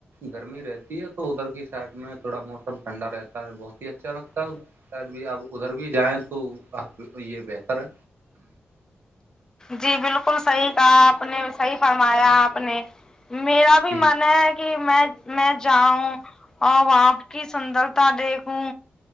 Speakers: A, on the right; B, on the left.
A: گرمی رہتی ہے تو ادھر کی سائڈ میں تھڑ تھوڑاوسم ٹھنڈا رہتا ہے بہت ہی اچھا لگتا ہے بھی آپ ادھر بھی جائیں تو آپ یہ بہتر ہے
B: جی بالکل صحیح کہ آپ نے صحیح فرمایا آپ نے میرا بھی
A: جی
B: من ہے کہ میں میں جاؤں اور وہپ کی سندرتا دیکھوں